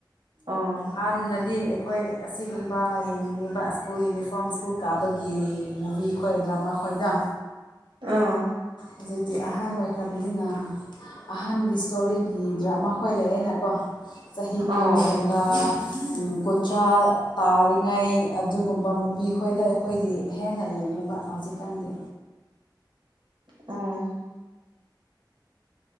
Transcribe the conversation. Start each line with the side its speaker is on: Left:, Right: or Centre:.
Right: ꯑꯥ
Left: ꯍꯥꯟꯅꯗꯤ ꯑꯩ ꯑꯩꯈꯣꯏ ꯑꯁꯤꯒꯨꯝꯕ ꯌꯦꯡꯅꯤꯡꯉꯤꯕ ꯁ꯭ꯀꯨꯜ ꯌꯨꯅꯤꯐꯣꯔꯝ ꯁ꯭ꯀꯨꯜ ꯀꯥꯕꯒꯤ ꯃꯨꯚꯤ ꯈꯣꯏ ꯗ꯭ꯔꯃꯥ ꯐꯣꯏꯗ
Right: ꯑ
Left: ꯍꯧꯖꯤꯛꯇꯤ ꯑꯍꯥꯟ ꯑꯣꯏꯈ꯭ꯔꯕꯅꯤꯅ ꯑꯍꯟꯒꯤ ꯏꯁꯇꯣꯔꯤꯒꯤ ꯗ꯭ꯔꯃꯥ ꯈꯣꯏ ꯂꯩꯑꯅꯀꯣ ꯆꯍꯤ ꯀꯨꯟ
Right: ꯑꯥ
Left: ꯍꯦꯟꯕ ꯀꯨꯟꯊ꯭ꯔꯥ ꯇꯥꯔꯤꯉꯩ ꯑꯗꯨꯒꯨꯝꯕ ꯃꯨꯚꯤ ꯈꯣꯏꯗ ꯑꯩꯈꯣꯏꯗꯤ ꯍꯦꯟꯅ ꯌꯦꯡꯉꯤꯕ ꯍꯧꯖꯤꯛꯀꯥꯟꯗꯤ
Right: ꯎꯝ